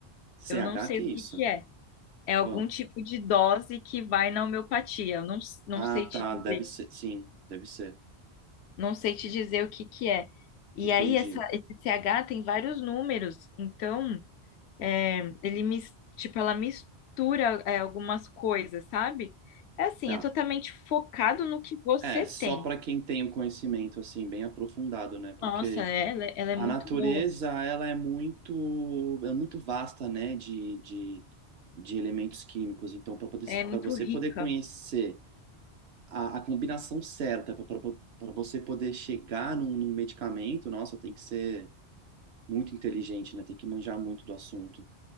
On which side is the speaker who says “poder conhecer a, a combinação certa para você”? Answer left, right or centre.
Right